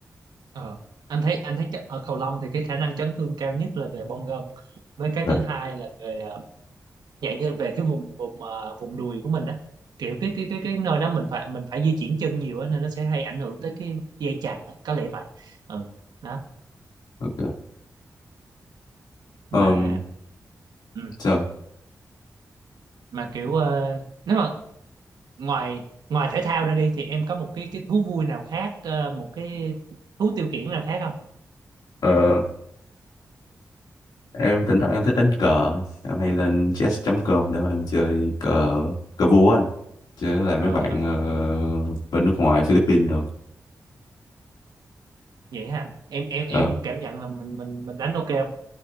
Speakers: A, on the right (about 80°); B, on the left (about 80°).
A: ờ anh thấy anh thấy chắc- ở cầu lông thì cái khả năng chấn thương cao nhất là về bong gân với cái
B: rồi
A: thứ hai là về ờ, dạng như về cái vùng vùng ờ, vùng đùi của mình á kiểu cái cái cái cái nơi đó mình phải mình phải di chuyển chân nhiều á nên nó sẽ hay ảnh hưởng tới cái dây chằng á, có lẽ vậy ừ đó
B: ok
A: mà
B: um,
A: ừ,
B: rồi
A: mà kiểu ờ, nếu mà ngoài ngoài thể thao ra đi thì em có một cái cái thú vui nào khác ờ, một cái thú tiêu khiển nào khác không
B: ờ, em thỉnh thoảng em thích đánh cờ em hay lên chess.com để mà em chơi cờ cờ vua á anh chơi với lại mấy
A: ờ
B: bạn
A: ờ
B: ờ, bên nước ngoài Philippines rồi
A: vậy hả em em
B: Ờ,
A: em cảm nhận là mình mình mình đánh ok không